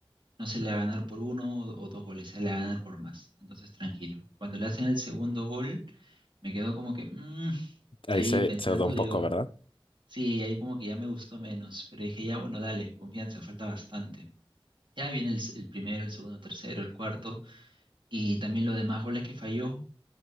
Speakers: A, on the right (about 55°); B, on the left (about 65°).
A: no se le va a ganar por uno o, o dos goles, se le va a ganar por más. Entonces, tranquilo. Cuando le hacen el segundo gol, me quedo como que mm,
B: Ahí
A: ahí
B: se,
A: pensando,
B: se dudó un
A: digo,
B: poco, ¿verdad?
A: sí, ahí como que ya me gustó menos. Pero dije, ya, bueno, dale, confianza, falta bastante. Ya viene el, s- el primero, el segundo, tercero, el cuarto. Y también los demás goles que falló.